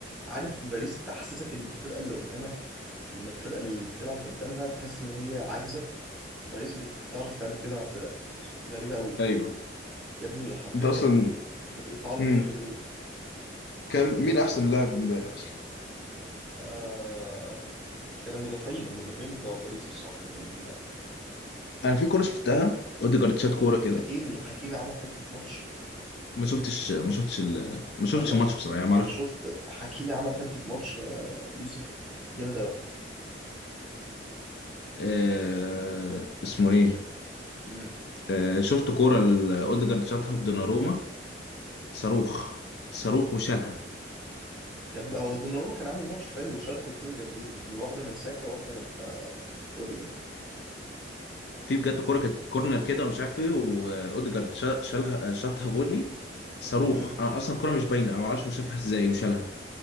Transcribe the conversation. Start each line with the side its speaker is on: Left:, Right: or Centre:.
Centre: عارف باريس تحسسك ان الفرقة اللي قدامك ان الفرقة اللي بتلعب قدامها تحس ان هي عاجزة باريس بت- بتعرف تعمل كده مع الفرق غريبة قوي
Left: ايوه
Centre: يا ابني حرفيا
Left: انت اصلا
Centre: هي بت... بتقطع له
Left: مم.
Centre: كل الحلول
Left: كم
Centre: بت...
Left: مين احسن لاعب امبارح اصلا
Centre: آه... كان المدافعين المدافعين بتوع باريس الصراحة كانوا جامدين قوي
Left: انا في كوره شفتها اوديجارد شات كوره كده
Centre: حكيمي حكيمي عمل حتة ماتش
Left: ما شفتش ما شفتش ال... ما شفتش
Centre: ما انا
Left: الماتش بصراحه يعني ما
Centre: انا
Left: اعرفش
Centre: شفت حكيمي عمل حته ماتش آه، يوسف جامد قوي
Left: آه... اسمه ايه
Centre: امم
Left: آه، شفت كورة ال- اوديجارد شاطها في دوناروما صاروخ صاروخ وشالها
Centre: يا ابني هو دوناروما كان عامل ماتش حلو وشال كورتين جامدين من واحده من ساكا وواحده من آه، اوديجارد
Left: في بجد كورة كانت كورنر كده ومش عارف ايه واوديجارد شا- شالها آه، شاطها فولي صاروخ
Centre: امم
Left: انا اصلا الكورة مش باينة انا ما اعرفش هو شافها ازاي وشالها